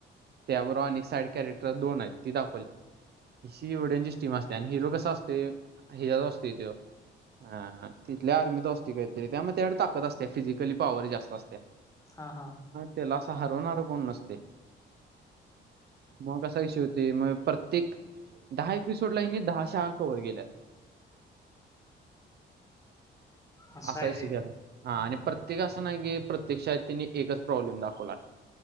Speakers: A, on the right; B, on the left.
A: त्या बरोबर आणि साईड कॅरेक्टर दोन आहेत ती दाखवली ही एवढ्यांची टीम असते आणि हिरो कस असते हिरो असते त्यो हा तिथल्या आर्मीला असतो काहीतरी त्यामुळ त्याकड ताकद असते फिजिकली पॉवर जास्त असत्या
B: हां हां
A: त्याला असं हरवणार कोण नसते मग कसा विषय होते मग प्रत तेक दहा एपिसोडला ह्यांनी दहा शाळा कवर केल्यात
B: असं
A: असा
B: आहे
A: विषयकेला
B: व्हय
A: हा आणि प्रत्येक असं नाही की प्रत्येक शाळेत त्यांनी एकच प्रॉब्लेम दाखवलाय